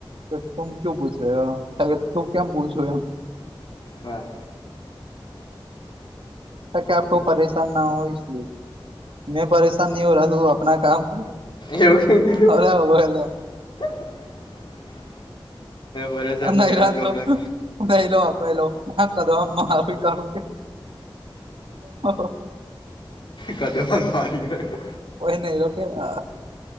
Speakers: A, on the right; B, on the left.
A: તો તુમ ક્યુ પૂછ રહે હો તું કેમ પૂછું એમ
B: વાહ
A: ત કે આપ કો પરેશાન ના હો ઇસ લિયે મેં પરેશાન નહી હો ર તું આપના કામ કર
B: એવું કઈ દીધું
A: <unintelligible> લે
B: <inaudible> વરસાદને
A: હ <unintelligible> નૈલા
B: ધોબલા
A: નૈલો આ આપણે એલો હ કદ આમ માર કાઢું કે હ હ
B: કદ મન મારી ગયો.
A: કોઈ નહી તો કે અ